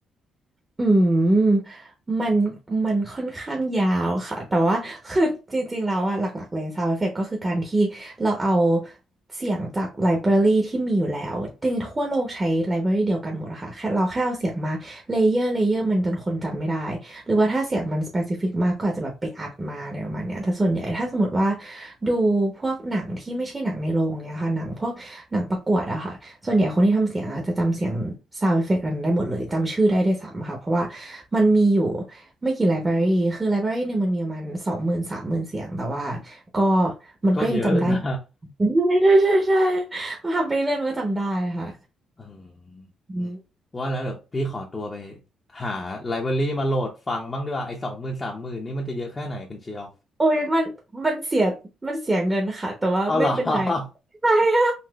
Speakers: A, on the right (about 20°); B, on the left (about 30°).
A: อืมมันมันค่อนข้างยาวค่ะแต่ว่าคือจริงๆแล้วอะหลักๆเลย sound effect ก็คือการที่เราเอาเสียงจากไลบรารีที่มีอยู่แล้วจริงๆทั่วโลกใช้ไลบรารีเดียวกันหมดอะค่ะแค่เราแค่เอาเสียงมาเลเยอร์เลเยอร์มันจนคนจำไม่ได้หรือว่าถ้าเสียงมัน specific มากก็อาจจะแบบไปอัดมาอะไรประมาณเนี้ยแต่ส่วนใหญ่ถ้าสมมติว่าดูพวกหนังที่ไม่ใช่หนังในโรงเนี่ยค่ะหนังพวกหนังประกวดอะค่ะ ส่วนใหญ่คนที่ทำเสียงอะจะจำเสียงซาว n d เอฟเฟกต์นั้นได้หมดเลยจำชื่อได้ด้วยซ้ำค่ะเพราะว่ามันมีอยู่ไม่กี่ไลบรารีคือไลบรารีหนึ่งมันมีประมาณสองหมื่นสามหมื่นเสียงแต่ว่าก็มันก็ยังจำได้
B: ก็เยอะนะ
A: ใช่ใช่ใช่ใช่พอทำไปเรื่อยมันก็จำได้ค่ะ
B: <laughs> อืม
A: อืม
B: อืมว่าแล้วเดี๋ยวพี่ขอตัวไปหาไลบรารีมาโหลดฟังบ้างดีกว่าไอ้สองหมื่นสามหมื่นนี่มันจะเยอะแค่ไหนกันเชียว
A: โอ้ยมันมันเสียมันเสียเงินค่ะแต่ว่าไม่เป็นไร
B: เอาเหรอ <laughs>
A: ใช่ค่ะ